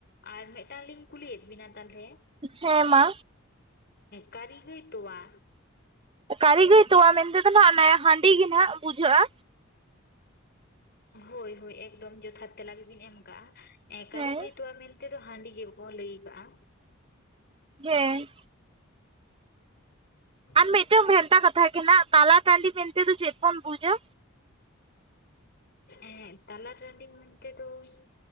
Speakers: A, on the left; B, on the right.
A: ᱟᱨ ᱢᱤᱫᱴᱟᱝ ᱞᱤᱧ ᱠᱩᱞᱤᱭᱮᱫ ᱵᱤᱱᱟ ᱛᱟᱞᱦᱮ
B: ᱦᱮᱸ ᱢᱟ
A: ᱠᱟᱨᱤ ᱜᱟᱹᱭ ᱛᱚᱣᱟ
B: ᱠᱟᱨᱤ ᱜᱟᱹᱭ ᱛᱚᱣᱟ ᱢᱮᱱᱛᱮᱫᱚ ᱱᱟᱸᱜ ᱚᱱᱮ ᱦᱟᱺᱰᱤ ᱜᱤ ᱱᱟᱦᱜ ᱵᱩᱡᱷᱟᱹᱜ-ᱟ᱾
A: ᱦᱳᱭ ᱦᱳᱭ ᱮᱠᱫᱚᱢ ᱡᱚᱛᱷᱟᱛ ᱛᱮᱞᱟ ᱜᱮᱵᱤᱱ ᱮᱢ ᱠᱟᱜ-ᱟ ᱠᱟᱹᱨᱤᱜᱟᱹᱭ
B: ᱦᱮᱸ
A: ᱛᱚᱣᱟ ᱢᱮᱱ ᱛᱮ ᱫᱚ ᱦᱟᱺᱰᱤ ᱜᱮ ᱠᱚ ᱞᱟᱹᱭ ᱠᱟᱜ-ᱟ
B: ᱦᱮᱸ
A: ᱦ <unintelligible>
B: ᱟᱨ ᱢᱤᱫᱴᱟᱝ ᱵᱷᱮᱱᱛᱟ ᱠᱟᱛᱷᱟ ᱜᱮ ᱱᱟᱦᱜ ᱛᱟᱞᱟ ᱴᱟᱺᱰᱤ ᱢᱮᱱᱛᱮᱫᱚ ᱪᱮᱫ ᱵᱚᱱ ᱵᱩᱡᱟ?
A: ᱮᱸᱜ ᱛᱟᱞᱟ ᱴᱟᱺᱰᱤ ᱢᱮᱱᱛᱮᱫᱚᱧ